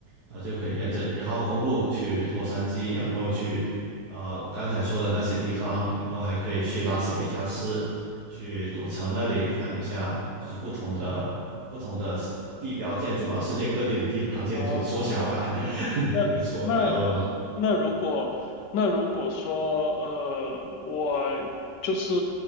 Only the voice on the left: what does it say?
哦，
那那
那如果那如果说，呃，我就是